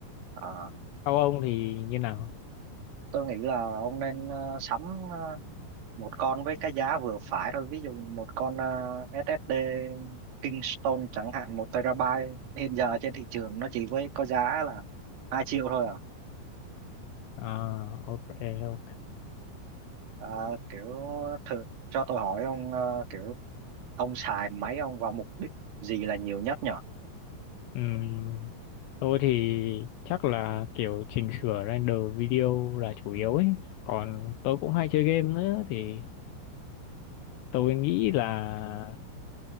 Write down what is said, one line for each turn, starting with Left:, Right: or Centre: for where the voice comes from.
Right: Ờ,
Left: các ông thì như nào?
Right: tôi nghĩ là ông nên ờ, sắm ờ, một con với cái giá vừa phải thôi ví dụ một con ờ, SSD Kingston chẳng hạn một terabyte hiện giờ trên thị trường nó chỉ với có giá là 2 triệu thôi à
Left: À, ok, ok.
Right: Ờ, kiểu thử cho tôi hỏi ông ờ, kiểu ông xài máy ông vào mục đích gì là nhiều nhất nhở
Left: Ừm, tôi thì chắc là kiểu chỉnh sửa render video là chủ yếu ấy. Còn tôi cũng hay chơi game nữa thì tôi nghĩ là